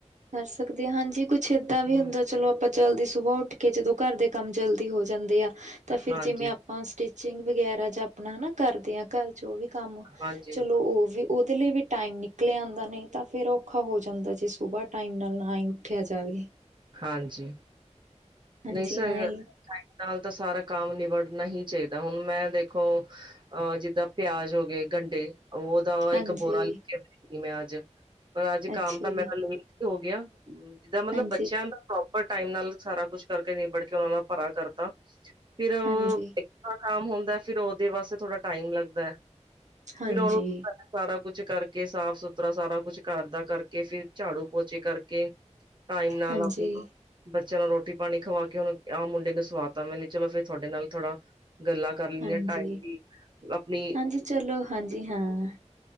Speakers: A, on the right; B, on the right.
A: ਕਰ ਸਕਦੇ, ਹਾਂਜੀ। ਕੁੱਛ ਏਦਾਂ ਵੀ
B: ਹਮ
A: ਹੁੰਦਾ, ਚਲੋ ਆਪ ਆਪਾ ਜਲਦੀ ਸੁਬਾਹ ਉੱਠਕੇ, ਜਦੋਂ ਘਰ ਦੇ ਕੰਮ ਜਲਦੀ ਹੋ ਜਾਂਦੇ ਆ, ਤਾਂ ਫਿਰ
B: ਹਾਂਜੀ
A: ਜਿਵੇਂ ਹਾਂ, ਸਟੀਚਿੰਗ ਵਗੈਰਾ ਜਾਂ ਆਪਣਾ ਹੈ ਨਾ, ਕਰਦੇ ਹਾਂ ਘਰ 'ਚ ਉਹ ਵੀ ਕੰਮ,
B: ਹਾਂਜੀ
A: ਚਲੋ ਉਹ ਵੀ ਉਹਦੇ ਲਈ ਵੀ ਟਾਈਮ ਨਿਕਲਿਆ ਆਉਂਦਾ, ਨਹੀਂ ਤਾਂ ਫੇਰ ਔਖਾ ਹੋ ਜਾਂਦਾ ਜੇ ਸੁਬਾਹ ਟਾਈਮ ਨਾਲ ਨਾ ਹੀ ਉੱਠਿਆ ਜਾਵੇ।
B: ਹਾਂਜੀ
A: ਹਾਂਜੀ
B: ਨਹੀਂ ਸਰ
A: ਹਾਂ ਇਹ
B: ਟੈਮ ਨਾਲ ਤਾਂ ਸਾਰਾ ਕੰਮ ਨਿਬੜਨਾ ਹੀ ਚਾਹੀਦਾ, ਹੁਣ ਮੈਂ ਦੇਖੋ। ਅਹ ਜਿੱਦਾਂ ਪਿਆਜ ਹੋ ਗਏ ਗੰਡੇ ਉਹ ਦਾ
A: ਹਾਂਜੀ
B: ਇੱਕ ਬੋਰਾ ਲੈ ਕੇ ਸੀ, ਮੈਂ ਅੱਜ ਪਰ ਅੱਜ ਕੰਮ
A: ਅੱਛਾ
B: ਤਾਂ
A: ਜੀ
B: ਮੇਰਾ ਲੇਟ ਹੀ ਹੋ ਗਿਆ। ਜਿੱਦਾਂ ਮਤਲਬ
A: ਹਾਂਜੀ
B: ਬੱਚਿਆਂ ਦਾ ਪ੍ਰੋਪਰ ਟਾਈਮ ਨਾਲ ਸਾਰਾ ਕੁਛ ਕਰਕੇ ਨੀਬੜ ਕੇ ਉਹਨਾਂ ਨਾਲ ਭਰਾ ਕਰਤਾ ਫਿਰ ਉਹ
A: ਹਾਂਜੀ
B: ਕੰਮ ਹੋਂਦਾ ਫਿਰ ਉਹਦੇ ਵਾਸਤੇ ਥੋੜਾ ਟਾਈਮ ਲਗਦਾ,
A: ਹਾਂਜੀ
B: ਫਿਰ ਉਹਨੂੰ ਸਾਰਾ ਕੁਛ ਕਰਕੇ ਸਾਫ-ਸੁਥਰਾ ਸਾਰਾ ਕੁਛ ਘਰਦਾ ਕਰਕੇ, ਫਿਰ ਝਾੜੂ, ਪੋਚੇ ਕਰਕੇ ਟਾਈਮ ਨਾਲ
A: ਹਾਂਜੀ
B: ਆਪਣਾ, ਬੱਚਿਆਂ ਨਾਲ ਰੋ ਰੋਟੀ-ਪਾਣੀ ਖਵਾਕੇ ਹੁਣ ਆਹ ਮੁੰਡੇ ਨੂੰ ਸਵਾਤਾਂ ਮੈਨੇ, ਚਲੋ ਫੇਰ ਥੁਹਾਡੇ ਨਾਲ ਥੋੜਾ ਗੱਲਾਂ ਕਰ ਲੈਂਨੇ
A: ਹਾਂਜੀ
B: ਆਂ, ਟਾਈਮ ਦੀ ਅਪਣੀ
A: ਹਾਂਜੀ ਚਲੋ ਹਾਂਜੀ ਹਾਂ